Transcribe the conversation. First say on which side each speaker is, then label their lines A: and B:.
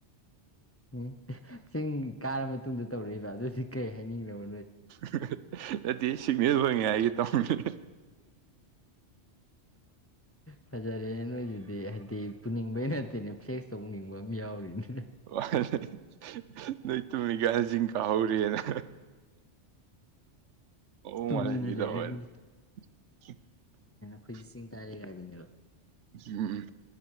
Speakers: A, on the left (about 20°); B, on the right (about 80°).
A: ꯎꯝ ꯆꯤꯡ ꯀꯥꯔ ꯃꯇꯨꯡꯗ ꯇꯧꯔꯛꯏꯕ ꯑꯗꯨꯗꯤ ꯀꯩ ꯍꯥꯏꯅꯤꯡꯉꯤꯅ‌ꯣ
B: <inaudible> ꯅꯠꯇꯦ ꯁꯤꯒꯅꯦꯜ ꯑꯣꯏꯉꯩꯒꯤ ꯇꯧꯕꯅ
A: ꯐꯖꯔꯦ ꯅꯣꯏꯁꯤꯗꯤ ꯍꯥꯏꯗꯤ ꯄꯨꯅꯤꯡꯕꯩ ꯅꯠꯇꯦꯅꯦ ꯐ꯭ꯂꯦꯛꯁ ꯇꯧꯅꯤꯡꯕ ꯑꯃ ꯌꯥꯎꯔꯤꯅꯦ
B: ꯋꯥ <unintelligible> ꯇꯨꯝꯅꯤꯡ ꯒꯥꯟꯁꯤ ꯀꯥꯍꯧꯔ‌ꯦꯅ ꯑꯣ
A: ꯇꯨꯝꯗꯨꯅ
B: ꯃꯥꯔꯖꯤꯡ <unintelligible>
A: ꯂꯩꯔꯅꯨ ꯍꯨꯖꯤꯛ ꯆꯤꯡ ꯀꯥꯔꯦ ꯀꯥꯏꯗꯨꯅꯦꯕ
B: ꯎꯝ